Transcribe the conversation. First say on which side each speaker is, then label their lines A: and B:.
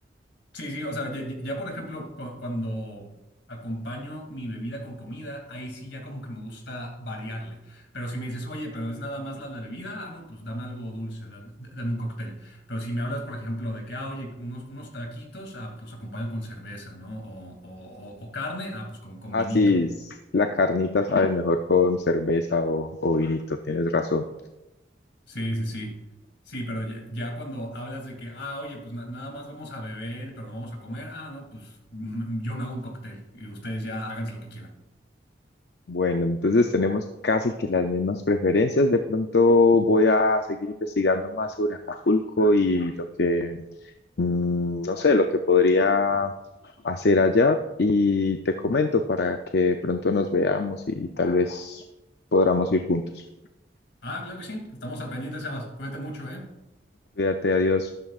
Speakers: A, on the left; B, on the left.
A: Sí, sí, o sea, ya, ya- ya, por ejemplo, cu- cuando acompaño mi bebida con comida, ahí sí ya como que me gusta variarle. Pero si me dices, oye, pero es nada más la, la bebida, ah, no, pues dame algo dulce, da- da- dame un cóctel. Pero si me hablas, por ejemplo, de que, ah, oye, unos, unos taquitos, ah, pues los acompaño con cerveza, ¿no? O, o- o- o carne, ah, pues con, con
B: Ah,
A: vinito.
B: sí, s- la carnita sabe mejor con cerveza o, o vinito, tienes razón.
A: Sí, sí, sí. Sí, pero ya, ya cuando hablas de que, ah, oye, pues na- nada más vamos a beber, pero no vamos a comer, ah, no, pues mm, yo me hago un cóctel y ustedes ya háganse lo que quieran.
B: Bueno, entonces tenemos casi que las mismas preferencias. De pronto voy a seguir investigando más sobre Acapulco y lo que, mm, no sé, lo que podría hacer allá y te comento para que pronto nos veamos y tal vez podamos ir juntos.
A: Ah, claro que sí. Estamos al pendiente, Sebas. Cuídate mucho, ¿eh?
B: Cuídate, adiós.